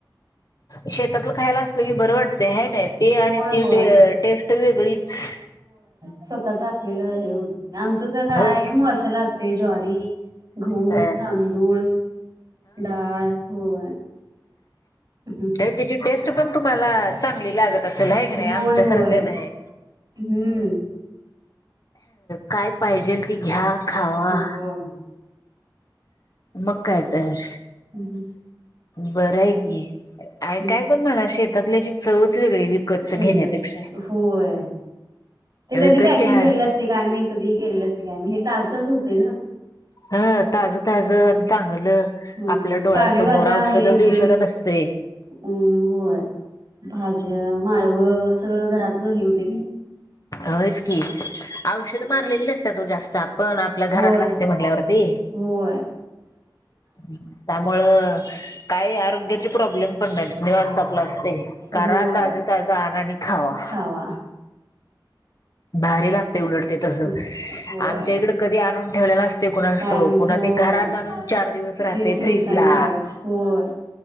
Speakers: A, on the left; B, on the right.
A: शेतातलं खायला असतं की बरं वाटते हे नाही. ते आणि
B: होय,
A: ती
B: होय.
A: टेस्ट. वेगळीच.
B: स्वतःच असलेलं हे आमचं तर काय
A: होय
B: वर्षाला अस ते ज्वारी गहू,
A: अ
B: तांदूळ डाळ होय. हम्म.
A: ताई तिची टेस्ट पण तुम्हाला चांगली लागत कसल आहे क नाही
B: होय,
A: आमच्या
B: होय.
A: सारखं नाही
B: हम्म.
A: काय पाहिजेल ते घ्या खावा
B: होय.
A: मग काय तयार
B: हम्म.
A: बरय की काय
B: हम्म.
A: पण मला शेत <unintelligible> <unintelligible> बई विकतच
B: वेगळे
A: घेण्यापेक्षा
B: असत होय. ते
A: विकतच्या
B: कधी पॅकिंग केले असते काय माहीत. सगळी केलेलस काय म हे तालचज होप येना
A: हा ताजं ताजं म्हणलं
B: होय
A: आपल्या डोळ्यासमोर
B: पालेभाज्या
A: औषध
B: आहे
A: बिवषध
B: ते
A: नसतय.
B: अम् होय. भाज्या माळव स सगळं घरातलं हे ते.
A: होयच. की औषधं मारलेल नस <unintelligible> जास्त आप पण आपल्या घरातला
B: होय
A: असतय म्हटल्यावरती
B: होय
A: त्यामुळं काई आरोग्याचे प्रॉब्लेम पण नाहीत निवांत आपल असतयं करा
B: होय
A: ताजं ताजं आणा आणि खावा
B: खावा.
A: भारी लागत ते उडट ते तसं
B: होय
A: आमच्या इकड कधी आणून ठेवलेल असत कुणासठाउक
B: काय म्हणजे
A: पुना
B: होय
A: ते घरात आणून चार दिवस राहतय
B: ते चिवसानं
A: फ्रीजला
B: खायच होय